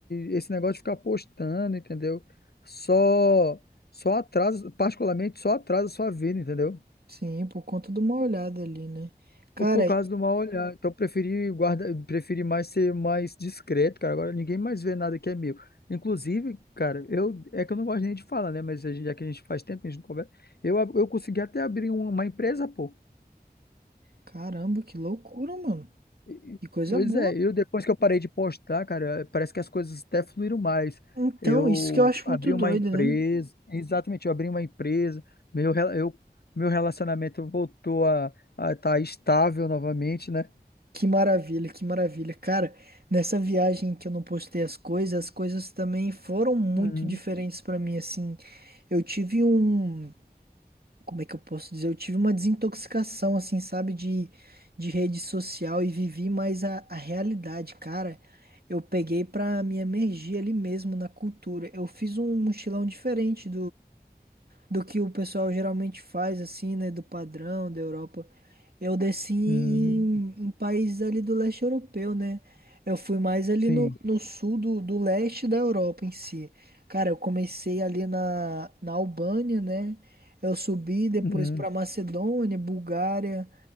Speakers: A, on the left; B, on the right.
A: esse negócio de ficar postando, entendeu? Só só atrasa, particularmente só atrasa a sua vida, entendeu?
B: Sim, por conta de uma olhada ali, né? Cara,
A: Ou Por causa
B: e-
A: do mal olhar. Então, eu preferi guarda, preferi mais ser mais discreto, cara. Agora ninguém mais vê nada que é meu. Inclusive, cara, eu é que eu não gosto nem de falar, né? Mas a gente- já que a gente faz tempo, que a gente não conversa. Eu, ab- eu consegui até abrir uma, uma empresa, pô.
B: caramba, que loucura, mano.
A: E- e-
B: Que coisa
A: Pois
B: boa.
A: é, eu depois que eu parei de postar, cara, parece que as coisas até fluíram mais.
B: Então,
A: Eu
B: isso que eu acho
A: abri
B: muito doido,
A: uma empresa,
B: né?
A: exatamente, eu abri uma empresa, meu, rela- eu, meu relacionamento voltou a, a estar estável novamente, né?
B: Que maravilha, que maravilha. Cara, nessa viagem que eu não postei as coisas, as coisas também foram muito
A: Uhum.
B: diferentes pra mim, assim. Eu tive um. como é que eu posso dizer? Eu tive uma desintoxicação, assim, sabe, de, de rede social e vivi mais a, a realidade, cara. Eu peguei pra me emergir ali mesmo na cultura. Eu fiz um mochilão diferente do que o pessoal geralmente faz, assim, né? Do padrão da Europa. Eu desci em,
A: Uhum.
B: em países ali do leste europeu, né? Eu fui mais ali
A: Sim.
B: no, no sul do, do leste da Europa em si. Cara, eu comecei ali na, na Albânia, né? Eu subi depois
A: Uhum.
B: pra Macedônia, Bulgária.